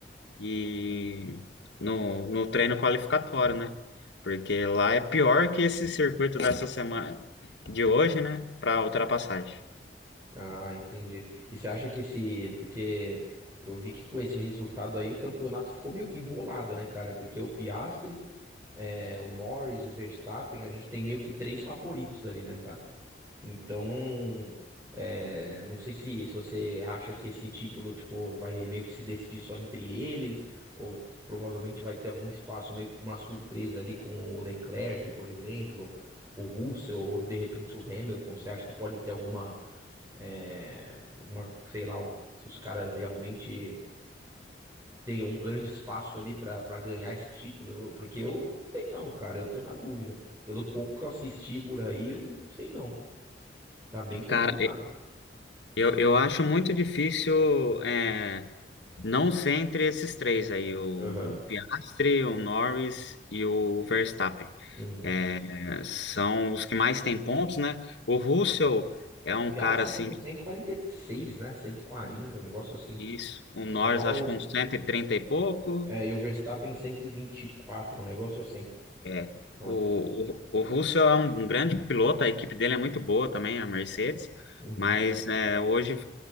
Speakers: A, on the left; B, on the right.
A: e no, no treino qualificatório, né? Porque lá é pior que esse circuito dessa semana, de hoje, né? Para ultrapassagem.
B: Ah, entendi. E você acha que esse. Porque eu vi que com esse resultado aí o campeonato ficou meio que embolado, né, cara? Porque o Piastri, é, o Norris, o Verstappen, a gente tem meio que três favoritos ali, né, cara? Então, é, não sei se, se você acha que esse título, tipo, vai meio que se decidir só entre eles, ou provavelmente vai ter algum espaço meio que pra uma surpresa ali com o Leclerc, por exemplo, o Russell, ou de repente o Hamilton. Você acha que pode ter alguma, é, alguma, sei lá, algo- se os caras realmente têm um grande espaço ali pra para ganhar esse título? Eu- porque eu não sei não, cara, eu tô na dúvida. Pelo pouco que eu assisti por aí, eu não sei não. Tá bem complicado.
A: Cara, eu, eu acho muito difícil é, não ser entre esses três aí, o
B: Aham.
A: Piastri, o Norris e o Verstappen.
B: Uhum.
A: É, são os que mais têm pontos, né? O Russell é um
B: E
A: cara
B: a Aston
A: assim
B: tá com cento e quarenta e seis né? cento e quarenta um negócio assim.
A: Isso. O
B: O
A: Norris,
B: Norris,
A: acho que uns 130 e pouco.
B: é, e o Verstappen cento e vinte e quatro um negócio assim.
A: É.
B: ah
A: O, o, o Russell é um grande piloto, a equipe dele é muito boa também, a Mercedes,
B: Uhum.
A: mas é, hoje,